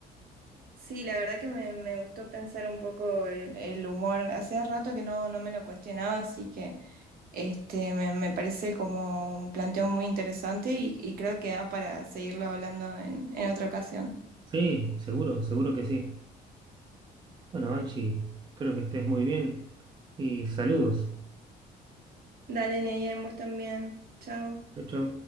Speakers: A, on the right; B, on the right.
A: Sí, la verdad que me, me gustó pensar un poco el, el humor. Hacía rato que no, no me lo cuestionaba, así que este me, me parece como un planteo muy interesante y, y creo que da para seguirlo hablando en, en otra ocasión.
B: Sí, seguro, seguro que sí. Bueno, Angie, espero que estés muy bien y saludos.
A: Dale, Neyen, vos también. Chao.
B: Chau, chau.